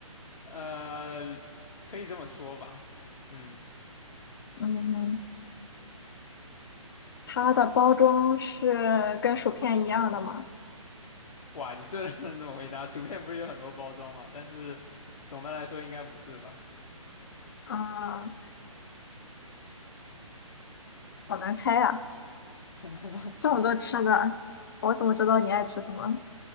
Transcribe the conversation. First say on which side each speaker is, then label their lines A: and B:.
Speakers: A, on the left; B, on the left.
A: 呃，可以这么说吧。嗯，
B: 嗯，它的包装是跟薯片一样的吗？
A: 哇，你这不能这么回答。薯片不是有很多包装吗？但是总的来说应该不是吧？
B: 嗯、好难猜呀、
A: <laughs>
B: 这么多吃的，我怎么知道你爱吃什么？